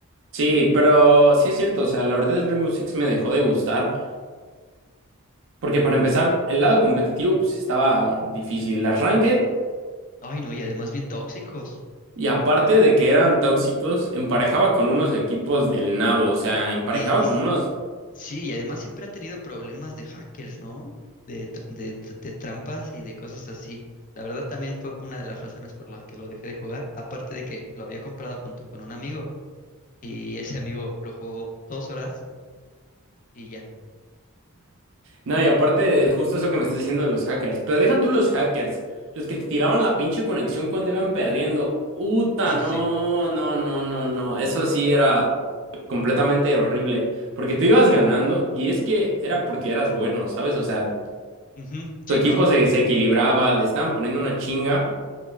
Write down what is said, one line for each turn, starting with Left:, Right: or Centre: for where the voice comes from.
Right: Sí, pero sí es cierto, o sea, la verdad el Rainbow Six me dejó de gustar. Porque para empezar, el lado competitivo pues estaba difícil. Las ranked,
Left: Ay, no, y además bien tóxicos.
Right: y aparte de que eran tóxicos, emparejaba con unos equipos del nabo, o sea, emparejaba
Left: Y, y
Right: con unos...
Left: Sí, y además siempre ha tenido problemas de hackers, ¿no? De, tr- de, de trampas y de cosas así. La verdad también fue una de las razones por las que lo dejé de jugar, aparte de que lo había comprado junto con un amigo y ese amigo lo jugó dos horas y ya.
Right: No, y aparte de justo eso que me estás diciendo de los hackers, pero deja tú los hackers, los que te tiraban la pinche conexión cuando iban perdiendo. Uta,
Left: Ah,
Right: no,
Left: sí.
Right: no, no, no, no, eso sí era completamente horrible, porque tú ibas ganando y es que era porque eras bueno, ¿sabes? O sea,
Left: Ujú,
Right: tu
Left: Sí,
Right: equipo
Left: no,
Right: se, se equilibraba, le estaban poniendo una chinga.